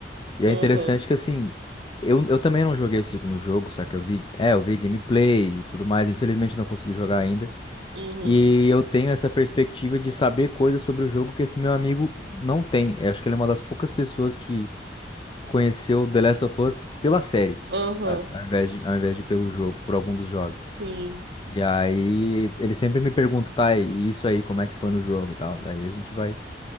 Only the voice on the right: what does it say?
aham,
uhum,
aham.
Sim,